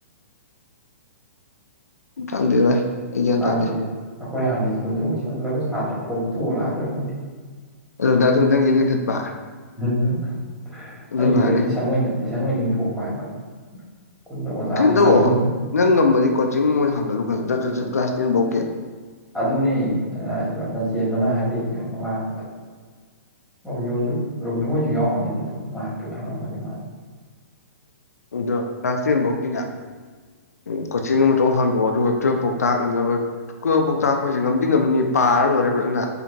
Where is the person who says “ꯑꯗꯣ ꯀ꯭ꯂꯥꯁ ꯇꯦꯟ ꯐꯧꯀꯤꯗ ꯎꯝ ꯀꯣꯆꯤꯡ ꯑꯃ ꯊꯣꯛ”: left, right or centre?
Left